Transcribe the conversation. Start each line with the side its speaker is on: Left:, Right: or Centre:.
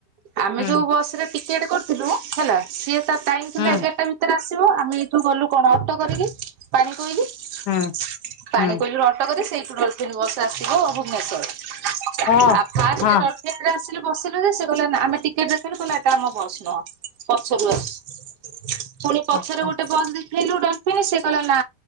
Right: ଆମେ
Left: ହୁଁ
Right: ଯୋଉ ବସରେ ଟି ସିଆଡେ କରିଥିଲୁ ହେଲା ସିଏ ତା ଟାଇମ୍ ଥିଲା
Left: ହୁଁ
Right: ଏଗାରଟା ଭିତ ଭିତରେ ଆସିବ ଆମେ ଏଇଠୁ ଗଲୁ କଣ ଅଟୋ କରିକି ପାଣି କୋଇଲି ପାଣି
Left: ହୁଁ ହୁଁ
Right: କୋଇଲିରୁ ଅଟୋ କରି ସେଇଠୁ ଡଲଫିନ୍ ବସ ଆସିବ ଭୁବନେଶ୍ଵର।
Left: ଓ
Right: ଆ ଫାଷ୍ଟେ
Left: ହଁ
Right: ଡଲଫିନ ରେ ଆସିଲୁ ବସିଲୁ ଯେ ସେ କଲେ ନା ଆମେ ଟିକେଟ ଦେଖେଇଲୁ କହିଲା ଏଟା ଆମ ବସ୍ ନୁହଁ ପଛରୁ ଆସ ପୁଣି ପଛରେ
Left: ହଁ ହଁ
Right: ଗୋଟେ ବସ୍ ଦେଖେଇଲୁ ଡଲଫିନ୍ ସେ କହିଲା ନା